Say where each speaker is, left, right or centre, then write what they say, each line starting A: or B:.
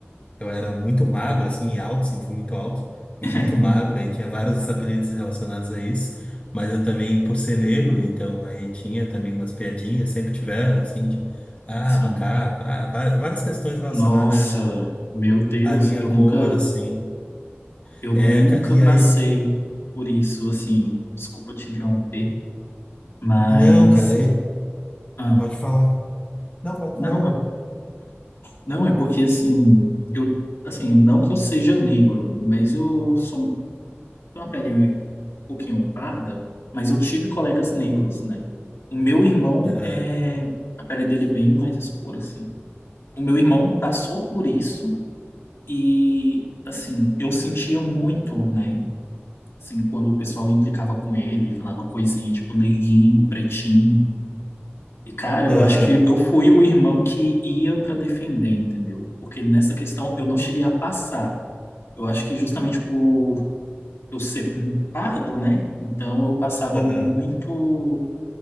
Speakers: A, on the left; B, on the left.
A: Eu era muito magro, assim, e alto, sempre fui muito alto e
B: <laughs>
A: muito magro, aí tinha vários apelidos relacionados a isso, mas eu também, por ser negro, então aí tinha também umas piadinhas, sempre tiveram, assim, de, ah,
B: sim.
A: macaco, ah, várias, várias questões relacionadas
B: Nossa, meu Deus,
A: à minha
B: eu
A: cor,
B: nunca,
A: assim.
B: eu
A: É,
B: nunca
A: cara, e
B: passei
A: aí,
B: por isso, assim. Desculpa te interromper, mas
A: não, cara, aí,
B: ah,
A: pode falar. Não, pode
B: não,
A: falar.
B: é, não é porque assim, eu assim, não que eu seja negro, né, mas eu sou Tenho uma pele um pouquinho parda, mas eu tive colegas negros, né? O meu irmão
A: Aham,
B: é. A pele dele é bem mais escura, assim. O meu irmão passou por isso e, assim, eu sentia muito, né? Assim, quando o pessoal implicava com ele, falava coisinha tipo neguinho, pretinho. E, cara, eu
A: aham,
B: acho que eu fui o irmão que ia pra defender, entendeu? Porque nessa questão eu não cheguei a passar. Eu acho que justamente por eu ser pardo, né? Então eu passava
A: aham,
B: muito,